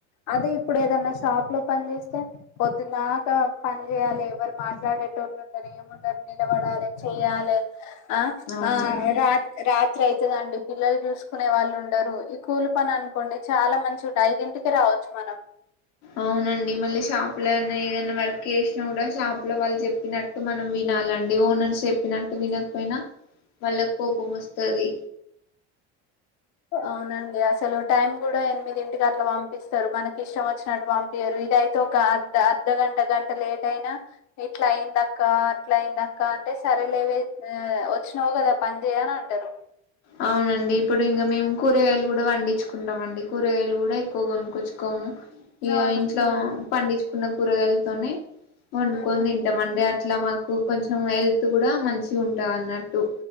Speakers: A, on the left; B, on the left.
A: అదే ఇప్పుడు ఏదన్నా షాప్ లా పని చేస్తే, పొద్దున్దాక పని చేయాలి ఎవరు మాట్లాడేటోళ్ళు ఉండరు ఏముండరు నిలబడాలే, చెయ్యాలే, ఆ
B: అవునండి
A: ఆ రా రా త్రీ అయితదండి పిల్లలు చూసుకునే వాళ్ళు ఉండరు ఈ కూలి పని అనుకోండి చాలా మంచి ఐదింటికే రావచ్చు మనం
B: అవునండి, మళ్ళీ షాప్ లాన్నా ఏదైనా వర్క్ చేసినా కూడా షాప్ లా వాళ్ళు చెప్పినట్టు మనం వినాలండి ఓనర్స్ చెప్పినట్టు వినకపోయినా వాళ్ళకు కోపం వస్తది
A: అవునండి అసలు టైం కూడా ఎనిమిదింటికి అట్లా పంపిస్తారు, మనకి ఇష్టం వచ్చినట్టు పంపియ్యరు, ఇదైతే ఒక అర్ధ అర్ధ గంట గంట లేట్ అయినా ఇట్లా అయిందక్క అట్లా అయిందక్క అంటే, సరేలేవేవచ్చినావు కదా పని చేయ్యి అని అంటారు.
B: అవునండి ఇప్పుడు ఇంగ మేము కూరగాయలు కూడా పండించుకుంటాము అండి కూరగాయలు కూడా ఎక్కువ కొనుక్కొచ్చుకోము, ఇగా
A: అవును
B: ఇంట్లో పండిచ్చుకున్న కూరగాయలతోనే వండుకొని
A: ఉమ్,
B: తింటమండి అ ఇట్లా మాకు కొంచెం హెల్త్ కూడా మంచి ఉంటాదన్నట్టు